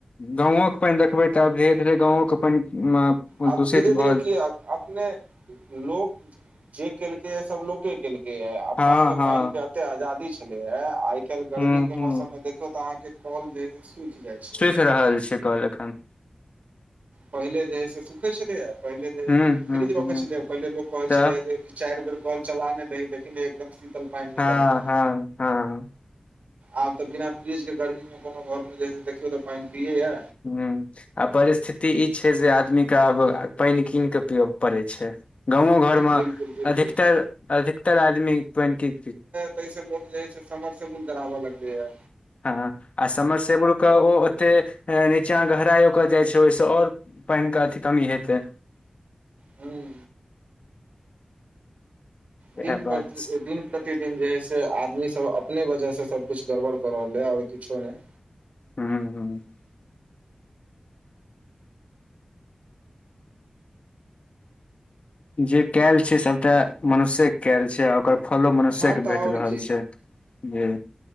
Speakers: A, on the left; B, on the right.
A: गाँवो के पानि देखबै तऽ आब धीरे धीरे गाँवो के पानि
B: आब
A: दूषित
B: धीरे धीरे
A: भऽ
B: की अपने लोक जे केलकै ह सबलोक के केलकै या अपना
A: हँ
B: सबके
A: हँ
B: पानि के एते आजादी छलैया आ आइ काइल गर्मी
A: हूँ
B: के
A: हूँ
B: मौसम मे देखियौ तऽ आहाँके कल जे हैछै से सुखि जाइ छै
A: सुख रहल छै कल एखन
B: पहिले जे है से सुखे छलैया पहिले जे है
A: हूँ
B: से लोक
A: हूँ
B: फ्रीज रखै
A: हूँ
B: छलैया पहिले लोक कहै
A: तऽ
B: छलैेया जे चारि बेर कॉल चला नहि दी देख एकदम शीतल पानि
A: हँ
B: निकलतै
A: हँ हँ
B: आब तऽ बिना फ्रिजके गर्मीमे कोनो घरमे जे देखियौ तऽ पानि पियैएा
A: हूँ आ परिस्थिति ई छै जे आदमी के आब पानि कीन कऽ पियो पड़ै छै गाँंवों घर मे
B: बिल्कुल बिल्कुल
A: अधिकतर अधिकतर आदमी पानिके
B: तस लोग जे है से समर सेबुल कराबऽ लगले ह
A: हँ आ समर से बुलक ओ ओते हैं नीचाँ गहराय ओकर जाइ छै ओहिस और पानि के अथी कमी हेतै
B: ह्म
A: इएह
B: दिन
A: बात
B: प्रतिदिन
A: छै
B: प्रतिदिन जे है से आदमी सब अपने वजह से सबकुछ गड़बड़ कऽ रहल ह ओर किछो नहि
A: हूं हूं जे कयल छै सभटा मनुष्यके कयल छै आ ओकर फलो मनुष्य्यकके
B: हँ तऽ आओर
A: भेट रहल
B: की
A: छै जे